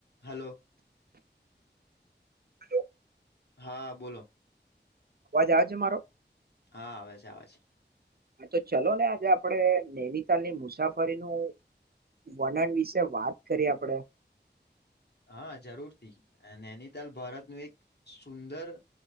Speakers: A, on the left; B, on the right.
A: હાલો
B: અવાજ
A: હા, બોલો
B: અવાજ આવ છે, મારો.
A: હા, આવે છે, આવે છે.
B: હા, તો ચલો ને આજે આપણેે, નૈનીતાલની મુસાફરીનું વણન વિશે, વાત કરી આપડે
A: હા, જરૂરથી અને એનીતાલ ભારતનું એક સુંદર